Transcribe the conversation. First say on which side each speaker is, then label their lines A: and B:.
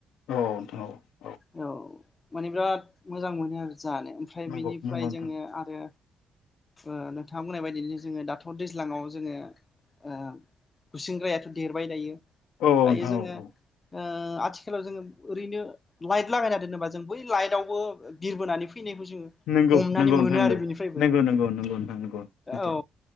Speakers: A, on the left (about 85°); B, on the left (about 25°).
A: औ औ नोंथां औ।
B: औ माने बिराद मोजां मोनो आरो जानो। ओमफ्राय
A: नंगौ
B: बिनिफ्राय
A: नंगौ नोंथां
B: जोङो आरो ओ नोंथाङा बुंनाय बायदि जोङो दाथ' दैज्लाङाव जोङो ओ गुसिंग्रायाथ' देरबाय दायो।
A: औ औ
B: दायो
A: नोंथां
B: जोङो
A: औ औ।
B: ओ आथिखालाव जोङो ओरैनो लाइट लागायना दोनोबा जों बै लाइटआवबो बिरबोनानै फैनायखौ जोङो
A: नंगौ
B: हमनानै
A: नंगौ
B: मोनो
A: नोंथां
B: आरो बिनिफ्रायबो
A: नंगौ नंगौ नंगौ नोंथां नंगौ सैथो
B: औ